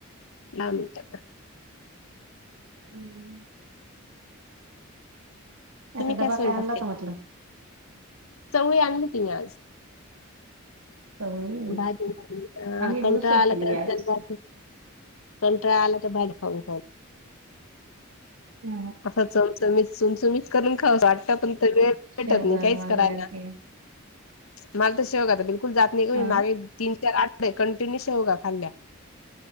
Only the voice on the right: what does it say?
हम्म
एका डबा
काय आणला होता
म्हटलं
चवळी
आम्ही बी
उसळ
केली बी
आज
हम.
शेवगा
अन वांगे
अन ते
अ